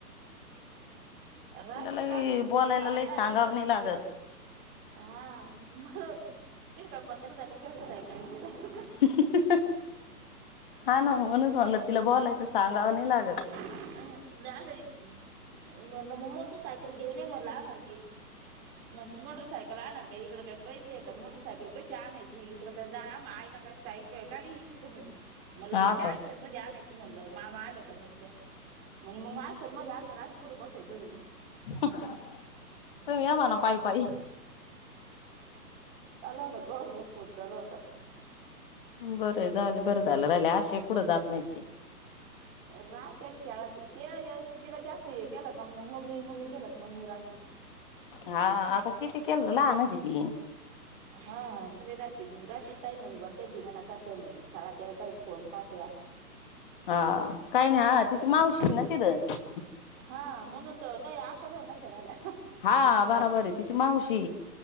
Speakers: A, on the right; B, on the left.
A: राहिली
B: तिला लई
A: राहती तिकडे
B: बोलायला
A: खेळायला
B: लई
A: आहे
B: सांगाव नाही लागत
A: हा मला म्हणती तुम्ही काय म्हातारी झाली काय सायकलवर फिरायला हहा
B: ह ह ह हा ना म्हणूच म्हणल तिला बोलायचं सांगाव नाही लागत.
A: <unintelligible> आह् लाडाची म मग मोटरसायकल घेऊन ये म्हणलं आम्हाला गिफ्ट म मोटर सायकल आणलं का इकड काही पैसे आहे का मोटरसायकल कशी आणायची इकड काय जा आ आईला काय सायकल गाडी येती का म्हणली म्हणलं
B: हा
A: मोठ्या
B: का
A: आयसर मध्ये आणायची म्हणलं मामा आले? कामून त्या म्हणे मंग <unintelligible> आणल्यावर आम्ही कुड बसायचं म्हणी
B: हम - तु ये म्हणाव पाई पाई
A: चालू होता कवरभर फोन चालू होता
B: बरंय जाउदे बरं जाल राहिलंय अशेई कुड जात नाहीत ते
A: राहते खेळा ते ते ए तिला जास्त हे केला का मंग मम्मी मम्मी केलं क मम्मी राती
B: हा आता किती केलं तर लहानच ये ती
A: हाा म्हजे राती मग राती काय म्हणे बगं ते धिंगाणा करताय म्हणली खेळाताय काई फोन पाहत्या
B: हा काय नाई हा तिची मावशी य ना तिथं
A: हा, म्हणून तर नाई अक्का जवळ नसत्या रायल्या
B: हा बराबर आहे तिची मावशी.